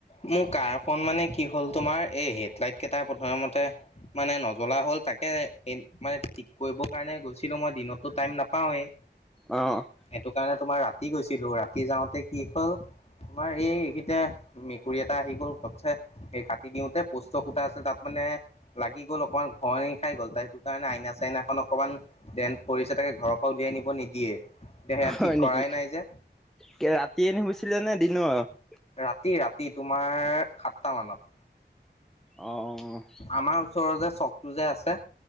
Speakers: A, on the left; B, in the centre.
A: মোৰ কাৰখন মানে কি হ'ল তোমাৰ এই হেডলাইট কেইটা প্ৰথমতে মানে নজ্বলা হ'ল তাকে এ মানে ঠিক কৰিবৰ কাৰণে গৈছিলোঁ, মই দিনতটো টাইম নাপাওঁৱেই।
B: অ'।
A: সেইটো কাৰণে তোমাৰ ৰাতি গৈছিলোঁ, ৰাতি যাওঁতে কি হ'ল তোমাৰ এইকিটা মেকুৰী এটা আহি গ'ল ঘপছে, সেই কাটি দিওঁতে, প'ষ্টৰ খুটা আছিল তাত মানে লাগি গ'ল অকমান ঘনি খাই গ'ল, তাৰ সেইটো কাৰণে আইনা চাইনাখন অকমান দেন পৰিছে তাকে ঘৰৰ পৰা উলিয়াই নিব নিদিয়ে। এতিয়া সেয়া
B: হয়
A: ঠিক
B: নেকি,
A: কৰাই নাই যে
B: কি ৰাতি নি হৈছিলে নে দিনত?
A: ৰাতি, ৰাতি তোমাৰ সাতটা মানত।
B: অ', অ'।
A: আমাৰ ওচৰৰ যে চকটো যে আছে।